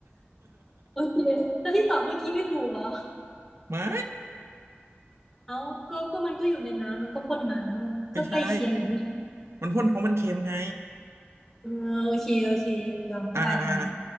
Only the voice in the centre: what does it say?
โอเคแล้วที่ตอบเมื่อกี้ไม่ถูกเหรอ
เอาก็ก็มันก็อยู่ในน้ำมันก็พ่นน้ำอะก็ใกล้เคียงอยู่ไม่ใช่เหรอ
เออโอเคโอเคยอมก็ได้ตรงนี้